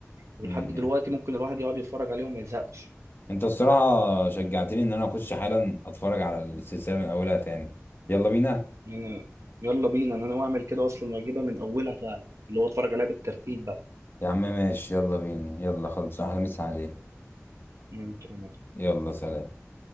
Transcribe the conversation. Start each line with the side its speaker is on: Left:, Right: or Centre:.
Right: ولحد
Left: امم
Right: دلوقتي ممكن الواحد يقعد يتفرج عليه وما يزهقش
Left: انت الصراحة شجعتني ان انا اخش حالا اتفرج على السلسلة من اولها تاني يلا بينا
Right: يعني يلا بينا أنا ناوي أعمل كده أصلا وأجيبها من أولها فعلا اللي هو أتفرج عليها بالترتيب بقى
Left: يا عم ماشي يلا بينا يلا خلص احلى مسا عليه
Right: أنت كمان
Left: يلا سلام